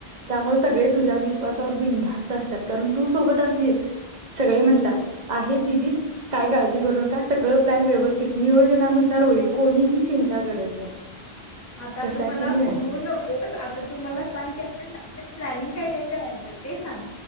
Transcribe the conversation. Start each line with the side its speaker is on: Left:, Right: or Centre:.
Right: त्यामुळे सगळे तुझ्या विश्वासावर बिनधास्त असतात, कारण तू सोबत असलीस. सगळे म्हणत आहेत, दादीताई, काय काळजी करू नका. सगळं प्लॅन व्यवस्थित नियोजनानुसार आहे. होईल, कोणीही चिंता करत नाही.
Left: आता
Right: कशाचीही
Left: तुम्हाला
Right: नाही
Left: फसू नकोस. आता तुम्हालाच सांग, प्लॅनिंग काय काय आहे. करायचं ते सांग,